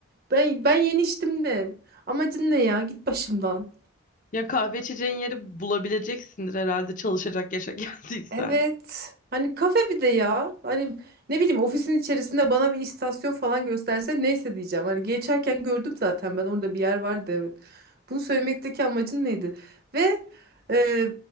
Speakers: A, on the right; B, on the left.
A: Ben ben yeni içtim de. Amacın ne ya? Git başımdan.
B: Ya kahve içeceğin yeri bulabileceksindir herhalde çalışacak yaşa <laughs> geldiysen.
A: Evet. Hani kafe bir de ya. Hani ne bileyim ofisin içerisinde bana bir istasyon falan gösterse neyse diyeceğim. Hani geçerken gördüm zaten ben orada bir yer vardı evet. Bunu söylemekteki amacın neydi? Ve e,